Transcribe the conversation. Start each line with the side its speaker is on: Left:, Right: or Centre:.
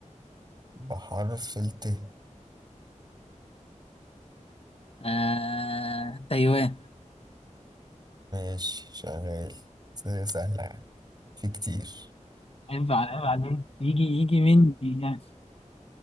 Right: بحرف الت
Left: آه... تايوان
Right: ماشي شغال سهلة سهلة يعني في كتير
Left: ينفع عيب عليك يجي يجي مني يعني